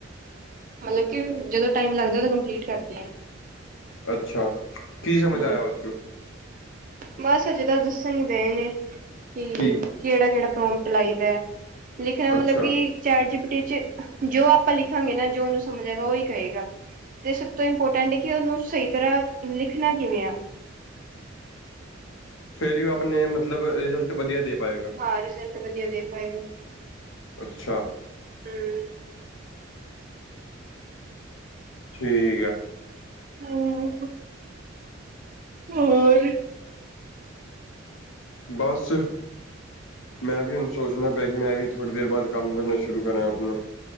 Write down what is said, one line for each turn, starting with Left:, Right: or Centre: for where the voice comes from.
Right: ਮਤਲਬ ਕਿ ਜਦੋਂ ਟਾਈਮ ਲੱਗਦਾ ਕੰਪਲੀਟ ਕਰਦੀ ਹਾਂ।
Left: ਅੱਛਾ! ਕੀ ਸਮਝ
Right: ਹਮ
Left: ਆਇਆ ਉਹ ਚੋਂ?
Right: ਬਸ ਅਜੇ ਤ ਦੱਸਣ ਹੀ ਦੇ ਨੇ ਕਿ
Left: ਕੀ
Right: ਕਿਹੜਾ-ਕਿਹੜਾ ਪ੍ਰੋਟ ਲਈ ਦਾ ਏ। ਲਿਖਣਾ
Left: ਅੱਛਾ
Right: ਮਤਲਬ ਕਿ ਚੈਟ ਜੀਪੀਟੀ ਚ ਜੋ ਆਪਾਂ ਲਿਖਾਂਗੇ ਨਾ ਜੋ ਉਹਨੂੰ ਸਮਝ ਆਏਗਾ ਉਹੀ ਕਰੇਗਾ। ਤੇ ਸਭ ਤੋਂ ਇੰਪੋਰਟੈਂਟ ਕਿ ਉਹਨੂੰ ਸਹੀ ਤਰ੍ਹਾਂ ਲਿਖਣਾ ਕਿਵੇਂ ਆ।
Left: ਫੇਰ ਹੀ ਉਹ ਆਪਣੇ ਮਤਲਬ ਰਿਜ਼ਲਟ ਵਧੀਆ ਦੇ ਪਾਏਗਾ।
Right: ਹ ਰਿਜ਼ਲਟ ਵਧੀਆ ਦੇ ਪਾਏਗਾ।
Left: ਅੱਛਾ।
Right: ਹਮ।
Left: ਠੀਕ ਆ।
Right: ਹਮ, ਹੋਰ?
Left: ਬਸ। ਮੈਂ ਵੀ ਹੁਣ ਸੋਚਣਾ ਪਿਆ ਕਿ ਮੈਂ ਵੀ ਥੋੜ੍ਹੀ ਦੇਰ ਬਾਅਦ ਕੰਮ ਕਰਨਾ ਸ਼ੁਰੂ ਕਰਾਂ ਆਪਣਾ।